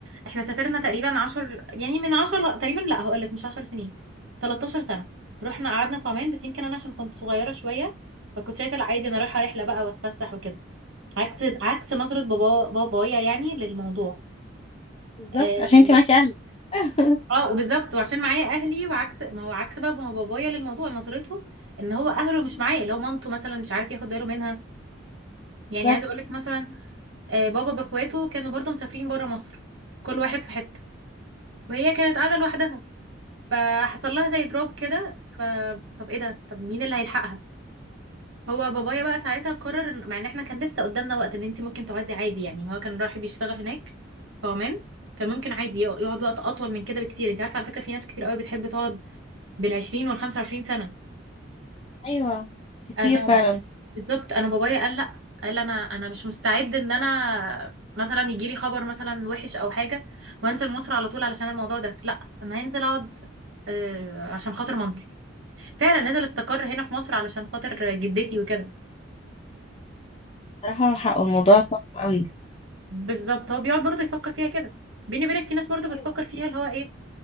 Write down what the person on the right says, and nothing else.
احنا سافرنا تقريبا عشر يعني من عشر ل- تقريبا لا هقول لك مش عشر سنين 13 سنة رحنا قعدنا في عمان بس يمكن انا عشان كنت صغيرة شوية فكنت شايفة لا عادي انا رايحة رحلة بقى واتفسح وكده عكس عكس نظرة بابا بابايا يعني للموضوع
اه
آه، وبالظبط وعشان معايا اهلي وعكس ما هو عكس بقى ما بابايا للموضوع نظرته ان هو اهله مش معاه اللي هو مامته مثلا مش عارف ياخد باله منها
يعني عايزه اقول لك مثلا آه، بابا باخواته كانوا برضه مسافرين بره مصر كل واحد في حته وهي كانت قاعده لوحدها فحصل لها زي دروب كده ف طب ايه ده طب مين اللي هيلحقها هو بابايا
بقى ساعتها قرر إن- مع ان احنا كان لسه قدامنا وقت ان انت ممكن تقعدي عادي يعني هو كان رايح بيشتغل هناك في عمان كان ممكن عادي يق- يقعد وقت اطول من كده بكتير انت عارفه على فكره في ناس كتير قوي بتحب تقعد بال20 وال25 سنه
انا
بالظبط انا بابايا قال لا قال انا انا مش مستعد ان انا مثلا يجي لي خبر مثلا وحش او حاجه وانزل مصر على طول علشان الموضوع ده لا انا هنزل اقعد آه، عشان خاطر مامتي فعلا نزل استقر هنا في مصر علشان خاطر جدتي وكده
فبالظبط هو بيقعد برضه يفكر فيها كده بيني وبينك في ناس برضه بتفكر
فيها اللي هو ايه